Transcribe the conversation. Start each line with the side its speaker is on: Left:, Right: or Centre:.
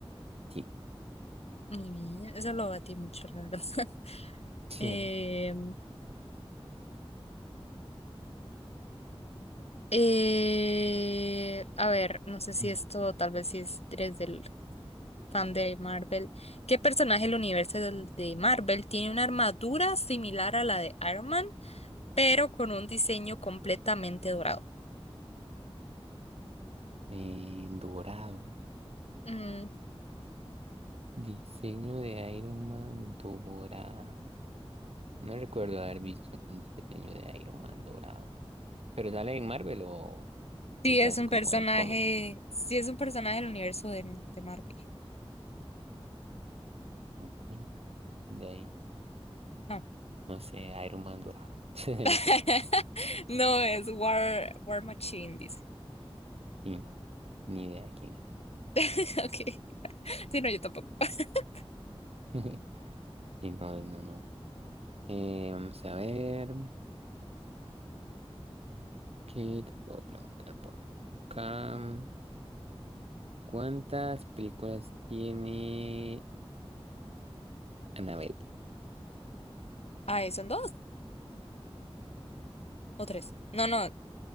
Right: Sí.
Left: Muy bien, eso lo batí mucho, la verdad. <laughs>
Right: Sí.
Left: Eh, eh, a ver, no sé si
Right: Mm.
Left: esto tal vez si es, eres del fan de Marvel. ¿Qué personaje del universo del- de Marvel tiene una armadura similar a la de Iron Man, pero con un diseño completamente dorado?
Right: Eh, dorado.
Left: Mm,
Right: Diseño de Iron Man dorado. No recuerdo haber visto un diseño de Iron Man dorado. ¿Pero sale en Marvel o
Left: sí,
Right: es
Left: es
Right: así
Left: un
Right: como
Left: personaje,
Right: de cómics?
Left: sí es un personaje del universo de, de Marvel.
Right: No, ay, de ahí,
Left: No.
Right: no sé, Iron Man dorado. <laughs>
Left: <laughs>
Right: No sé,
Left: No, es War, War Machine, dice.
Right: y no, ni idea de quién es.
Left: <laughs> Ok. Sí, no, yo tampoco. <laughs>
Right: <laughs> Y no, no, no. Eh, vamos a ver, ¿qué te puedo preguntar por acá? ¿Cuántas películas tiene Annabelle?
Left: ah son dos. O tres. No, no,